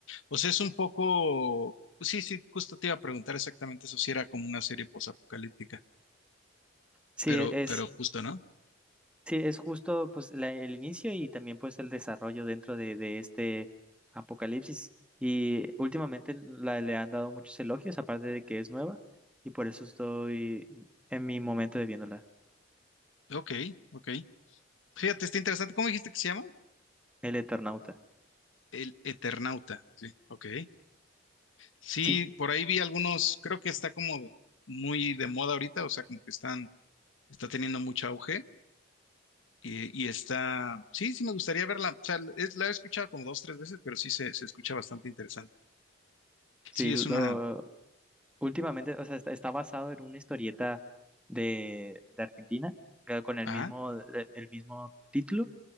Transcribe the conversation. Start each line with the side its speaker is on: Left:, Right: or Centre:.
Left: O sea, es un poco... pues Sí, sí, justo te iba a preguntar exactamente eso, si era como una serie posapocalíptica,
Centre: Sí,
Left: pero,
Centre: e- es,
Left: pero justo, ¿no?
Centre: sí, es justo pues la- el inicio y también pues el desarrollo dentro de, de este apocalipsis. Y últimamente la- le han dado muchos elogios, aparte de que es nueva, y por eso estoy en mi momento de viéndola,
Left: Ok, ok. Fíjate, está interesante. ¿Cómo dijiste que se llama?
Centre: El Eternauta.
Left: El Eternauta. Sí, ok. Sí,
Centre: Sí,
Left: por ahí vi algunos, creo que está como muy de moda ahorita, o sea, como que están, está teniendo mucho auge y, y está, sí, sí me gustaría verla, o sea, es- la he escuchado como dos, tres veces, pero sí se, se escucha bastante interesante.
Centre: sí,
Left: Sí,
Centre: lo,
Left: es una,
Centre: Últimamente, o sea, está, está basado en una historieta de, de Argentina, que- con el
Left: ah,
Centre: mismo, eh, el mismo título,